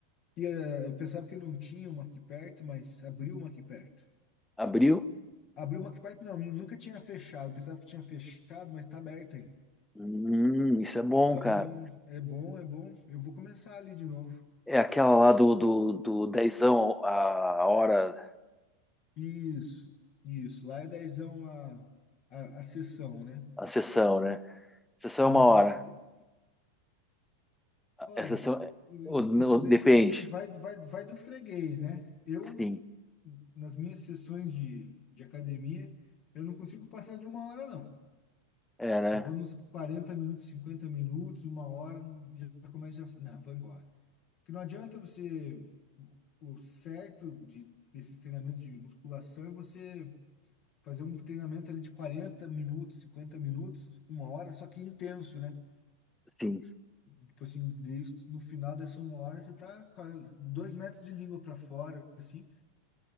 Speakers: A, on the left; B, in the centre.
A: E eh, eu pensava que não tinha uma aqui perto, mas abriu uma aqui perto.
B: Abriu?
A: Abriu uma aqui perto, não, nu- nunca tinha fechado. Eu pensava que tinha fechado, mas tá aberta ainda.
B: Hum, isso é bom,
A: Então,
B: cara.
A: é bom, é bom. Eu vou começar ali de novo.
B: É aquela lá do, do, do dezão a hora,
A: Isso, isso. Lá é dezão a, a, a sessão, né?
B: a sessão, né? Sessão
A: Sim.
B: é uma hora.
A: De- Olha,
B: A sessão, o- o-
A: isso daí,
B: depende.
A: tipo assim, vai, vai, vai do freguês, né? Eu,
B: Sim,
A: nas minhas sessões de, de academia, eu não consigo passar de uma hora, não.
B: é, né?
A: Eu vou nos 40 minutos, 50 minutos, uma hora, não- já começa a. Não, vou embora. Porque não adianta você. O certo de, desses treinamentos de musculação é você fazer um treinamento ali de 40 minutos, 50 minutos, uma hora, só que intenso, né?
B: Sim,
A: Tipo assim, daí no final dessa uma hora você tá com a- dois metros de língua para fora, assim.